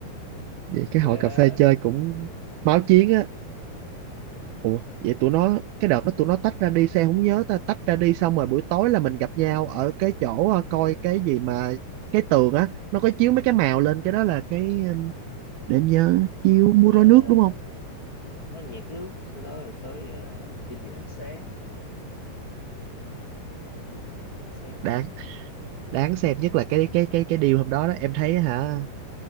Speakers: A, on the right; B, on the left.
A: vậy
B: cũng
A: cái hội
B: ghê
A: cà
B: á.
A: phê chơi cũng máu chiến á
B: ừ.
A: Ủa, vậy tụi nó cái đợt đó tụi nó tách ra đi sao em không nhớ ta tách ra đi xong rồi buổi tối là mình gặp nhau ở cái chỗ ờ, coi cái gì mà cái tường á nó có chiếu mấy cái màu lên cái đó là cái ờ, để em nhớ chiếu
B: đó
A: múa
B: là
A: rối nước đúng không
B: nó nhiệt nước sau đó rồi tới ờ, trình diễn ánh sáng ừ, trình diễn ánh sáng
A: đáng đáng xem nhất là cái cái cái cái điều hôm đó đó em thấy hả